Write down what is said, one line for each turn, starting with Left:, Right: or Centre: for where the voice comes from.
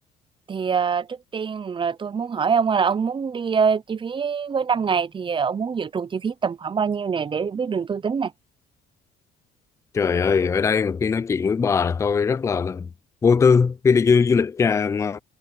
Right: thì à, trước tiên là tôi muốn hỏi ông là ông muốn đi à, chi phí với 5 ngày thì ông muốn dự trù chi phí tầm khoảng bao nhiêu này để biết đường tôi tính
Left: Trời ơi, ở đây mà khi nói chuyện với bà là tôi rất là, là vô tư khi đi du, du lịch à, mà